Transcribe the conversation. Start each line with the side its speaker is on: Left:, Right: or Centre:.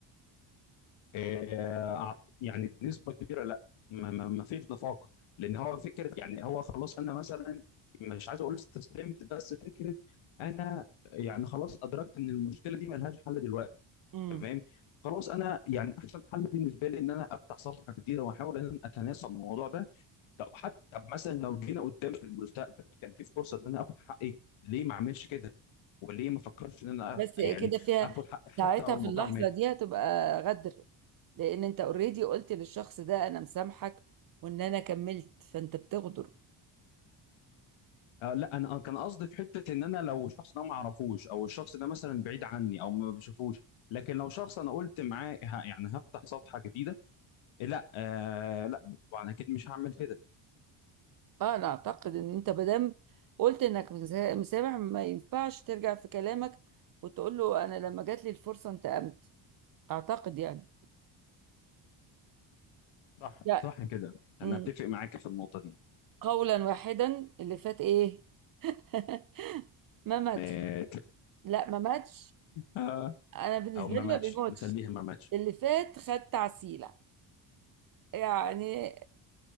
Left: آه، أع- يعني بنسبه كبيره لا ما ما- ما فيش نفاق لان هو فكره يعني هو خلاص انا مثلا مش عايز اقول استسلمت بس فكره انا يعني خلاص ادركت ان المشكله دي ملهاش حل دلوقتي
Right: امم
Left: تمام خلاص انا يعني احسن حل بالنسبه لي ان انا افتح صفحه جديده واحاول ان انا اتناسب الموضوع ده طب حتى مثلا لو جينا قدام في المستقبل كان في فرصه ان انا اخد حقي ليه ما اعملش كده وليه ما فكرتش ان انا
Right: بس
Left: أ- يعني
Right: كده فيها
Left: اخد حقي حتى
Right: ساعتها
Left: لو
Right: في
Left: الموضوع
Right: اللحظة
Left: مات
Right: دي هتبقى غدر لان انت اوريدي قلت للشخص ده انا مسامحك وان انا كملت فانت بتغدر
Left: آه لا انا آه، كان قصدي في حته ان انا لو الشخص ده ما اعرفوش او الشخص ده مثلا بعيد عني او ما بشوفوش لكن لو شخص انا قلت معاه ه- يعني هفتح صفحه جديده آه، لا آه لا طبعا اكيد مش هعمل كده
Right: اه، انا اعتقد ان انت مادام قلت انك مسا- مسامح ما ينفعش ترجع في كلامك وتقول له انا لما جات لي الفرصة انتقمت اعتقد يعني
Left: صح
Right: لا
Left: صح كده انا
Right: أمم.
Left: اتفق معاك في النقطه دي
Right: قولا واحدا اللي فات ايه <laughs> ما ماتش
Left: مات
Right: لا ما ماتش
Left: آه،
Right: انا بالنسبة
Left: او ما
Right: لي
Left: ماتش
Right: ما بيموتش
Left: نخليها ما ماتش
Right: اللي فات خد تعسيلة يعني